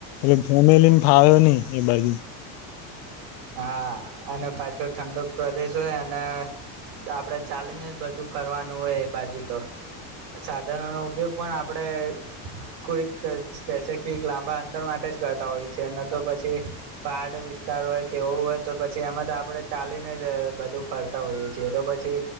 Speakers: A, on the left; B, on the right.
A: એટ ફેમિલીને ફળ્યો નહી એ બાજુ
B: હા અને પાછો ઠંડુ પ્રદેશ હોય અને આપડે ચાલેન્જ જ બધું ફરવાનું હોય, એ બાજુ તો સાધનો નો ઉપયોગ પણ આપડે કોઈક સ્પેસફિક લાંબા અંતર માટે જ કરતા હોય છે, ન તો પછી પહડ વિાર હોય કે એવું હોય તો પછી એમાં તો આપડે ચાલીને જ બધું ફરતા હોઈય છીએ, તો પછી